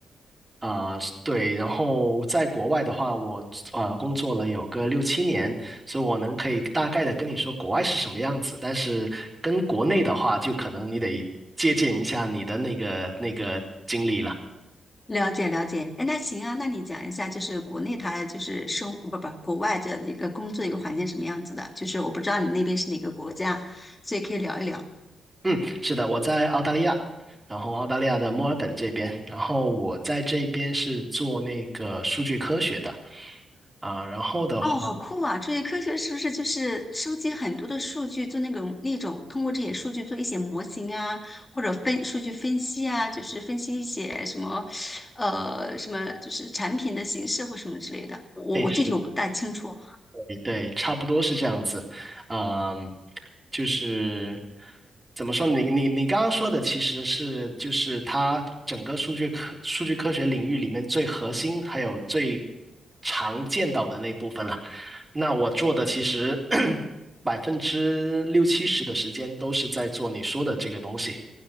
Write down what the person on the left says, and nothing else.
了解了解，哎，那行啊，那你讲一下，就是国内它就是生不不国外的一个工作一个环境什么样子的？就是我不知道你那边是哪个国家，所以可以聊一聊。
哦，好酷啊！这些科学是不是就是收集很多的数据，做那种那种通过这些数据做一些模型啊，或者分数据分析啊，就是分析一些什么，呃，什么就是产品的形式或什么之类的。我我具体我不大清楚。